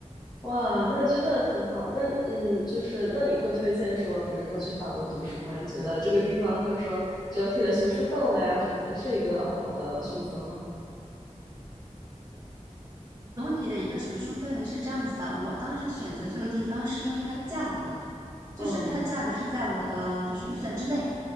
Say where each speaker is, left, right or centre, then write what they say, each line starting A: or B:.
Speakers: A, on the left (about 35°); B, on the right (about 25°).
A: 哇，那真的挺好。那嗯，就是那你会推荐说，比如说去法国读书吗？你觉得这个地方会说整体的学术氛围啊什么的，是一个好的选择吗？
B: 总体的一个学术氛围是这样子的，我当时选择这个地方是因为它的价格，就是它的价格是在我的就是预算之内，
A: 嗯，